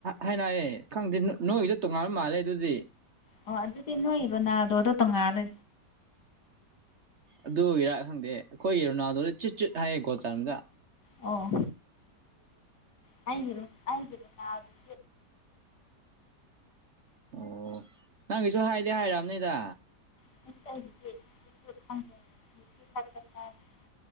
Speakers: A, on the right (about 50°); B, on the left (about 70°).
A: ꯍꯥꯏꯅꯩꯌꯦ ꯈꯪꯗꯦ ꯅꯣꯏꯒꯤꯗꫭ ꯇꯣꯉꯥꯟꯕ ꯃꯥꯜꯂꯦ ꯑꯗꯨꯗꯤ
B: ꯑꯣ ꯑꯗꯨꯗꯤ ꯅꯣꯏ ꯔꫭꯅꯥꯜꯗꯣꯗꯣ ꯇꯣꯡꯉꯥꯜꯂꯦ
A: ꯑꯗꯨꯒꯤꯔꯥ ꯈꯪꯗꯦ ꯑꯩꯈꯣꯏꯒꯤ ꯔꫭꯅꯥꯜꯗꯣꯗ ꯆꯨꯠ ꯆꯨꯠ ꯍꯥꯏꯌꯦ ꯒꫭꯜ ꯆꯟꯕꯗ
B: ꯑꯣ
A: <inaudible>
B: ꯍꯥꯏꯔꯣ ꯍꯥꯏꯔꯣ ꯅ <unintelligible>
A: ꯑꯣ ꯅꯪꯒꯤꯁꯨ ꯍꯥꯏꯗꯤ ꯍꯥꯏꯔꯝꯅꯤꯗ
B: <unintelligible>